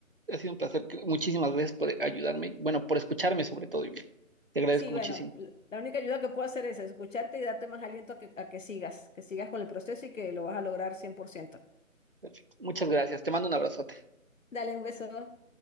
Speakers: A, on the right; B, on the left.
A: Ha sido un placer. Muchísimas gracias por ayudarme. Bueno, por escucharme sobre todo. y bien. Te agradezco
B: Sí, bueno,
A: muchísimo.
B: l- la única ayuda que puedo hacer es escucharte y darte más aliento a que, a que sigas, que sigas con el proceso y que lo vas a lograr cien por ciento
A: Perfecto. Muchas gracias. Te mando un abrazote.
B: Dale un beso. chao